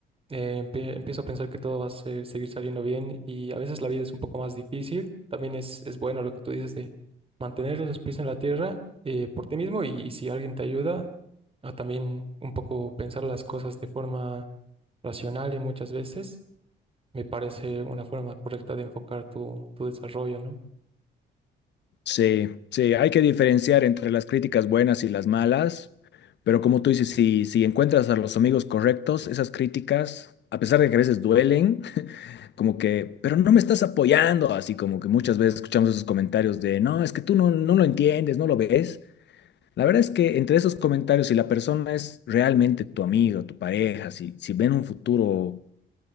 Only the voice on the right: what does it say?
Eh, empie- empiezo a pensar que todo va a ser- seguir saliendo bien y a veces la vida es un poco más difícil. También es, es bueno lo que tú dices de mantener los pies en la tierra eh, por ti mismo y, y si alguien te ayuda, a también un poco pensar las cosas de forma racional y muchas veces me parece una forma correcta de enfocar tu, tu desarrollo, ¿no?